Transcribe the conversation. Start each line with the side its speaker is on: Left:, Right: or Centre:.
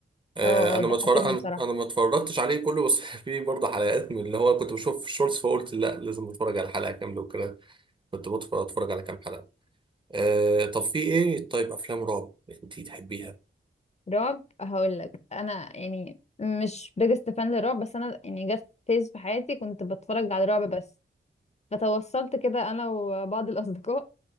Right: آه،
Left: اه
Right: انا
Left: اه ضحكتني
Right: ما اتفرج انا
Left: بصراحة
Right: انا ما اتفرجتش عليه كله بس <laughs> في برضه حلقات من اللي هو كنت بشوف في الشورتس فقلت لا لازم اتفرج على حلقه كامله وكده كنت بتفرج اتفرج على كام حلقه أه طب في ايه طيب افلام رعب انتي تحبيها
Left: رعب هقول لك انا يعني مش بيجست فان للرعب بس انا يعني جت فيز في حياتي كنت بتفرج على رعب بس فتوصلت كده انا وبعض الاصدقاء